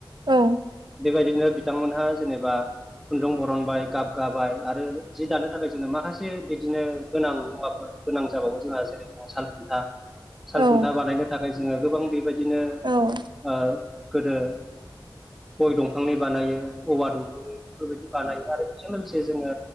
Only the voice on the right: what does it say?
औ
औ
औ